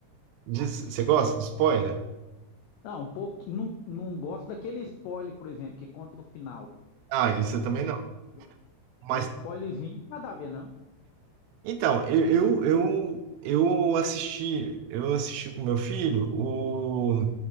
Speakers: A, on the right; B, on the left.
A: Diz- Você gosta de spoiler?
B: Não, um pouco, não, não gosto daquele spoiler, por exemplo, que conta o final,
A: Ah, isso eu também
B: que eles
A: não. Mas
B: mas um spoilerzinho, nada a ver, não.
A: então, eu eu, eu, eu assisti, eu assisti com meu filho o